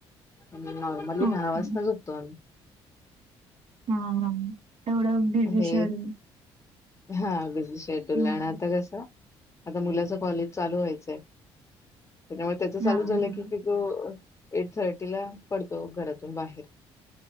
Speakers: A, on the left; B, on the right.
A: आणि नॉर्मली
B: ओके
A: दहा वाजता झोपतो आम्ही.
B: हा हा. एवढ
A: आम्ही
B: बिझी शेड्युल.
A: हा बिझी शेड्यूल
B: हा
A: आहे. आणि आता कसं आता मुलाच कॉलेज चालू व्हायचंय. त्याच्यामुळे त्याच चालू
B: हा
A: झालं
B: हा.
A: की तो एट थर्टी ला पडतो घरातून बाहेर.